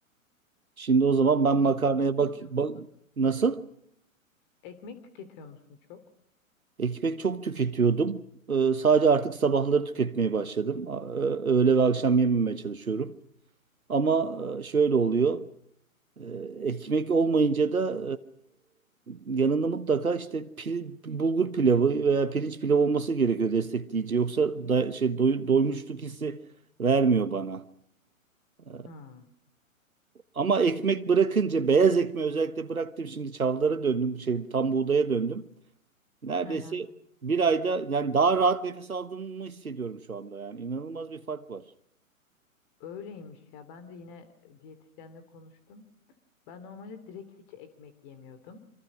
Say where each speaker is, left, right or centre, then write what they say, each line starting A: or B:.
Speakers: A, on the right (about 85°); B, on the left (about 35°).
A: Şimdi o zaman ben makarnaya
B: Ekmek tüketiyor
A: bak, bak
B: musun?
A: nasıl?
B: Ekmek tüketiyor musun çok?
A: Ekmek çok tüketiyordum. Ee, sadece artık sabahları tüketmeye başladım. A- e, Öğle ve akşam yememeye çalışıyorum. Ama e, şöyle oluyor. Ee, ekmek olmayınca da e, yanında mutlaka işte pil- bulgur pilavı veya pirinç pilavı olması gerekiyor destekleyici. Yoksa da, şey doy- doymuşluk hissi vermiyor bana. Ee,
B: Hmm.
A: ama ekmek bırakınca beyaz ekmeği özellikle bıraktım. Şimdi çavlara döndüm. Şey tam buğdaya döndüm. Neredeyse
B: <laughs> Hı hı.
A: bir ayda yani daha rahat nefes aldığımı hissediyorum şu anda yani. İnanılmaz bir fark var.
B: Öyleymiş ya. Ben de yine e, diyetisyenle konuştum. Ben normalde direkt hiç ekmek yemiyordum.